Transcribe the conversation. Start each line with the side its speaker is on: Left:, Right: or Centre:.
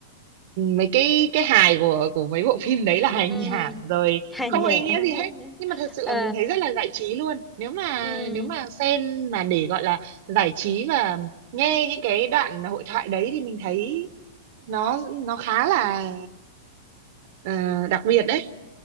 Right: mấy cái cái hài của của mấy bộ phim đấy là hài
Centre: ừ
Right: nhảm rồi
Centre: hà
Right: không
Centre: nhẹ
Right: có ý nghĩa
Centre: <laughs>
Right: gì hết nhưng mà thật sự
Centre: ờ
Right: là mình thấy rất là giải trí luôn nếu mà
Centre: ừ
Right: nếu mà xem mà để gọi là giải trí và nghe những cái đoạn hội thoại đấy thì mình thấy nó nó khá là ờ, đặc biệt đấy